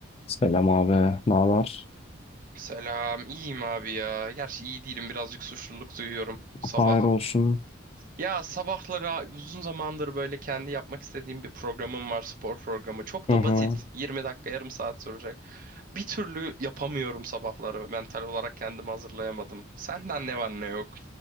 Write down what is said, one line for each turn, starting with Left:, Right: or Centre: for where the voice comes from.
Left: Selam abi. Ne haber?
Right: Selam, iyiyim abi ya. Gerçi iyi değilim, birazcık suçluluk duyuyorum sabah.
Left: Hayır olsun.
Right: Ya sabahları uzun zamandır böyle kendi yapmak istediğim bir programım var, spor programı. Çok
Left: Hı
Right: da
Left: hı.
Right: basit, 20 dakika, yarım saat sürecek. Bir türlü yapamıyorum sabahları, mental olarak kendimi hazırlayamadım. Senden ne var ne yok.